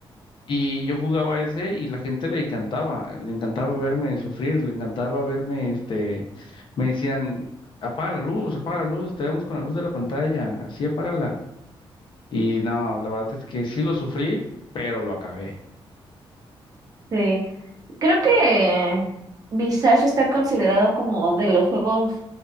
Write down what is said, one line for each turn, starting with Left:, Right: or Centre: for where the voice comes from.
Left: Y yo jugaba ese y la gente le encantaba, le encantaba verme sufrir, le encantaba verme, este, me decían, apaga la luz, apaga la luz, te vemos con la luz de la pantalla, así apágala. Y no, la verdad es que sí lo sufrí, pero lo acabé.
Right: Sí. Creo que Visage está considerado como de los juegos